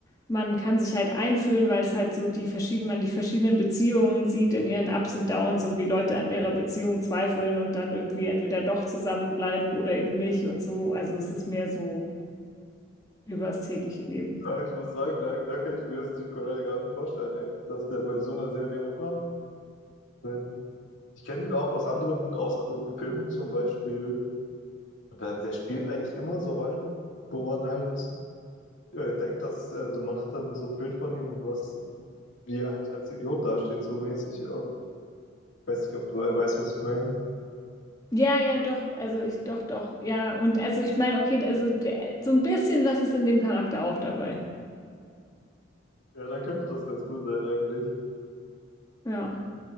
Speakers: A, on the left; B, on the left.
A: man kann sich halt einfühlen, weil es halt so die verschiedenen, man die verschiedenen Beziehungen sieht in ihren Ups und Downs und wie Leute an ihrer Beziehung zweifeln und dann irgendwie entweder doch zusammenbleiben oder eben nicht und so. Also es ist mehr so über das tägliche Leben.
B: Ja, ich muss sagen, da, da kann ich mir Steve Carell gar nicht vorstellen, eigentlich, dass der bei so einer Serie mitmacht. Wenn, ich kenne ihn auch aus anderen, aus anderen Filmen zum Beispiel. Und da, der spielt eigentlich immer so Rollen, wo man halt äh, denkt, dass äh, man hat dann so ein Bild von ihm, was, wie er halt als Idiot dasteht, so mäßig. Äh, Ich weiß nicht, ob du weißt, was ich meine.
A: Ja, ja, doch, also ich, doch, doch, ja. Und also ich meine, okay, also der, so ein bisschen was ist in dem Charakter auch dabei.
B: Ja, dann könnte das ganz cool sein eigentlich.
A: Ja.